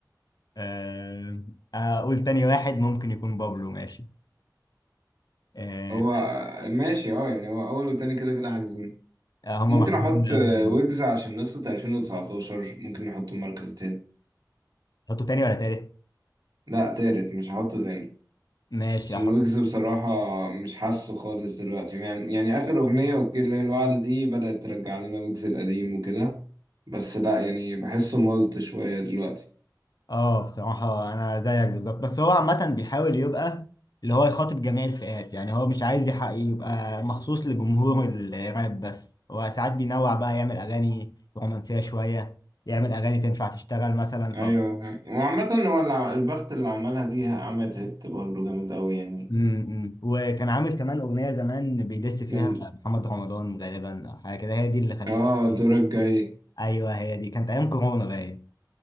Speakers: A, on the left; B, on the right.
A: آه، اقول تاني واحد ممكن يكون بابلو ماشي آه،
B: هو ماشي اه يعني هو اول وتاني كده كده حاجزين
A: آه، هما
B: ممكن
A: محبوبين
B: احط
A: بابلو
B: ويجز عشان نسخة 2019 ممكن نحطه المركز التاني
A: حطوا تاني ولا تالت
B: لا تالت مش هحطه تاني
A: ماشي
B: عشان
A: هحط
B: ويجز بصراحة مش حاسه خالص دلوقتي يعني يعني آخر أغنية وكيل الليل الوعد دي بدأت ترجع لنا ويجز القديم وكده بس لا يعني بحسه ملط شوية دلوقتي
A: اه بصراحة أنا زيك بالظبط بس هو عامة بيحاول يبقى اللي هو يخاطب جميع الفئات يعني هو مش عايز يحقق يبقى مخصوص لجمهور الراب بس هو ساعات بينوع بقى يعمل أغاني رومانسية شوية يعمل أغاني تنفع تشتغل مثلا
B: ايوه
A: ف
B: وعامة هو اللي- ع- البخت اللي عملها دي عملت هيت برضه جامد قوي يعني
A: امم وكان عامل كمان أغنية زمان بيدس فيها
B: ال-
A: محمد رمضان غالبا أو حاجة كده هي دي اللي خلته
B: اه
A: كتير.
B: الدورة الجاية
A: أيوه هي دي كانت أيام كورونا باين